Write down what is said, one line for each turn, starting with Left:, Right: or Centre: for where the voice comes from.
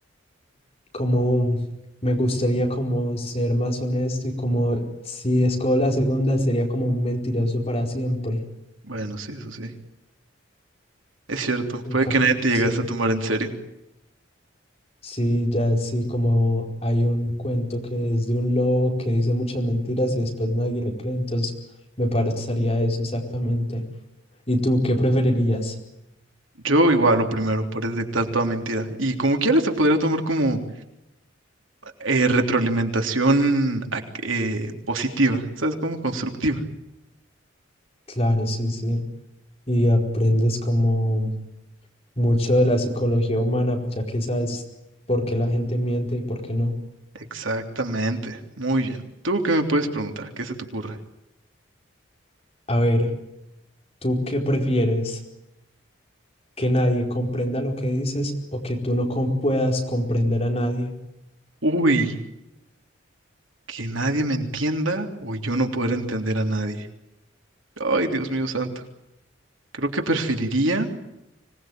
Left: como me gustaría como ser más honesto y como si escojo la segunda sería como un mentiroso para siempre.
Right: Bueno, sí, eso sí. Es cierto,
Left: Nunca,
Right: puede que nadie te
Left: sí.
Right: llegase a tomar en serio.
Left: Sí, ya sí, como hay un cuento que es de un lobo que dice muchas mentiras y después nadie le cree, entonces me parecería eso exactamente. ¿Y tú qué preferirías?
Right: Yo igual lo primero, por detectar toda mentira. Y como quieras, se podría tomar como eh, retroalimentación ac- eh, positiva, ¿sabes? Como constructiva.
Left: Claro, sí, sí. Y aprendes como mucho de la psicología humana, ya que sabes por qué la gente miente y por qué no.
Right: Exactamente, muy bien. ¿Tú qué me puedes preguntar? ¿Qué se te ocurre?
Left: A ver, ¿tú qué prefieres? ¿Que nadie comprenda lo que dices o que tú no com- puedas comprender a nadie?
Right: Uy, que nadie me entienda o yo no poder entender a nadie. Ay, Dios mío santo. Creo que preferiría.